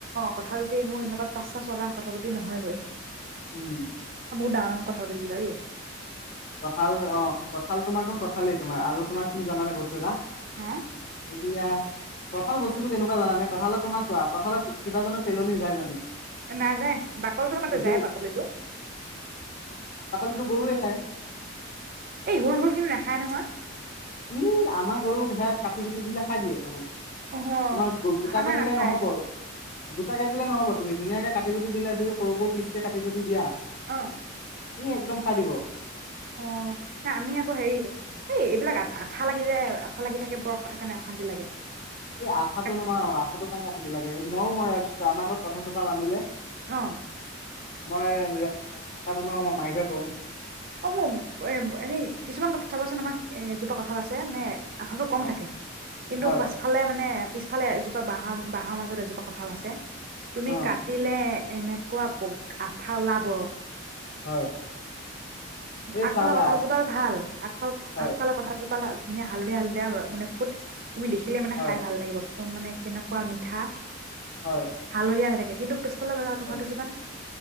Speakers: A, on the right (about 50°); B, on the left (about 50°).
A: কঠালটোতে মোক এনেকুৱাত পাঁচটা ছয়টা কঠালগুটিত নহয়গৈ ।
B: উম ।
A: ডাঙৰ ডাঙৰ কঠালগুটি কেইটা দেই ।
B: কঁঠাল অ কঁঠাল তোমাৰটো কঁঠালেই তোমাৰ আৰু তোমাৰ কি জানানে বস্তু এটা।
A: হা
B: এতিয়া কঠাল গছ টোতো কেনেকুৱা জানানে কঁঠালত তোমাৰ চোৱা কঠালত কিবাজানো পেলনি যায় জানো?
A: নাযায় বাকলটোৰ মতে
B: সেই
A: যায় বাকলিটো।
B: গৰু এ খাই।
A: এই সৰু সৰু খিনি নাখায় নহয়।
B: ই আমাৰ গৰুক সেয়া কাটি কুটি দিলে খাই দিয়ে দেখোন।
A: অ'
B: তোমাক গোটাকে
A: আমাৰ
B: দিলে
A: নাখায়
B: নহ'ব। গোটাকে দিলে নহ'ব তুমি ধুনীয়াকে কাটি কুটি দিলে যদি সৰু সৰু পিচকে কাটি যদি দিয়া ।
A: অ'
B: উই একদম। পাৰিব।
A: অ না আমি আকৌ হেৰি এই এইবিলাক আঠা লাগি যে আঠা লাগি থাকে বৰ সেকানে অশান্তি লাগে।
B: এই আঠাটো
A: কাটি
B: নমাৰ
A: থাকিবলৈ
B: আশাটো কাৰণে ভাবি লাগে ময়ো ম আমাৰ ঘৰত কথা চথা ৰানিলে
A: অ
B: মই নেকাটো নহয় মই মাইকে কওঁ।
A: অ মোক এ এনেই কিছুমান কথা চাবাচোন আমাক এ এজোপা কঁঠাল আছে মানে। আঠাটো কম
B: হয়
A: থাকে। কিন্তু
B: হয়
A: পাছফালে মানে পিছফালে এজোপা বাঁহৰ বাঁহৰ মাজত এজোপা কঁঠাল আছে। তুমি
B: অ
A: কাটিলে। এনেকুৱা আঠা ওলাব।
B: হয় এই
A: আগফালৰ
B: চাবা
A: কঁঠালজোপা ভাল আগফাল
B: হয়
A: আগফালৰ কঁঠাল জোপা। পাল হাত ধুনীয়া হালধীয়া হালধীয়া মানে ফুট। তুমি দেখিলে মানে
B: হয়
A: খাই ভাল লাগিব। একদম মানে কেনেকুৱা মিঠা।
B: হয়
A: হালধীয়া হৈ থাকে। কিন্তু কব লগাৰ কথা
B: হয়
A: কিছুমান